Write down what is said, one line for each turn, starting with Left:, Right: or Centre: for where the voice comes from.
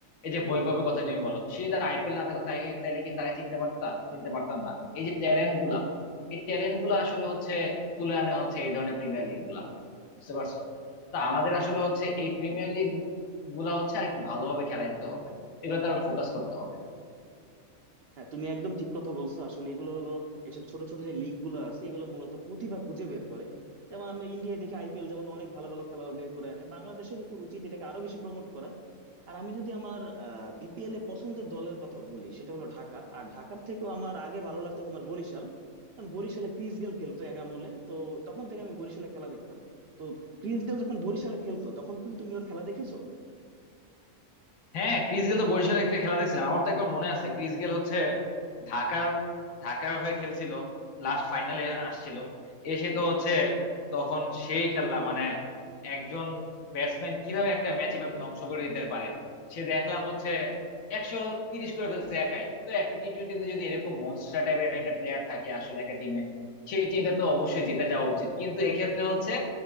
Left: এই যে বৈভবের কথা তুমি বলো সে যদি আইপিএল না থাকো তাই তাইলে কি তারা চিনতে পারতা চিনতে পারতাম না এই যে ট্যালেন্ট গুলা এই ট্যালেন্ট গুলা আসলে হচ্ছে তুলে আনে হচ্ছে এই ধরনের প্রিমিয়ার লিগ গুলা বুঝতে পারছো তো আমাদের আসলে হচ্ছে এই প্রিমিয়ার লিগ গুলা হচ্ছে আরেকটু ভালোভাবে খেলাইতে হবে এগুলো তারা ফোকাস করতে হবে
Right: হ্যাঁ তুমি একদম ঠিক কথা বলছো আসলে এগুলো হলো এসব ছোট ছোট যে লিগ গুলো আছে এগুলো মূলত প্রতিভা খুঁজে বের করে যেমন আমরা ইন্ডিয়ায় দেখি আইপিএল যেমন অনেক ভালো ভালো খেলোয়াড় বের করে আনে বাংলাদেশের উচিত এটাকে আরো বেশি প্রমোট করা আর আমি যদি আমার বিপিএল এ পছন্দের দলের কথা বলি সেটা হলো ঢাকা আর ঢাকার থেকেও আমার আগে ভালো লাগতো তোমার বরিশাল কারণ বরিশালে ক্রিস গেল খেলতো এক আমলে তো তখন থেকে আমি বরিশালে খেলা দেখতাম তো ক্রিস গেল যখন বরিশালে খেলতো তখন কি তুমি ওর খেলা দেখেছো
Left: হ্যাঁ ক্রিস গেল তো বরিশালের একটা খেলা দেখছিলাম আমার তো একবার মনে আছে ক্রিস গেল হচ্ছে ঢাকার ঢাকার হয়ে খেলছিল লাস্ট ফাইনালে আসছিল এসে তো হচ্ছে তখন সেই খেলা মানে একজন ব্যাটসম্যান কিভাবে একটা ম্যাচ এভাবে ধ্বংস করে দিতে পারে সে দেখলাম হচ্ছে একশো তিরিশ করে ফেলছে একাই তো একটা টি টোয়েন্টিতে যদি এরকম মনস্টার টাইপের একটা প্লেয়ার থাকে আসলে একটা টিমে সেই টিমটা তো অবশ্যই জিতে যাওয়া উচিত কিন্তু এক্ষেত্রে হচ্ছে